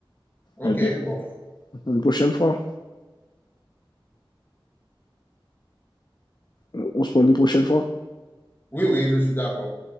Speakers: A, on the left; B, on the left.
A: OK,
B: Eh bien,
A: bon.
B: une prochaine fois. Euh, On se parle une prochaine fois.
A: Oui, oui, je suis d'accord.